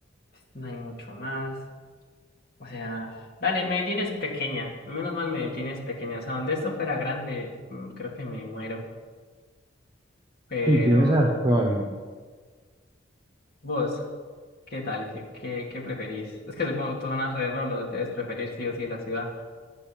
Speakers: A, on the left; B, on the right.
A: pues, no hay mucho más. O sea, dale, Medellín es pequeña, menos mal Medellín es pequeña. O sea, donde esto fuera grande, mm, creo que me muero. Pero
B: Sí, tienes razón.
A: vos, ¿qué tal? ¿Qué, qué, qué preferís? Es que supongo que tú zonas re rolo, debes preferir sí o sí la ciudad.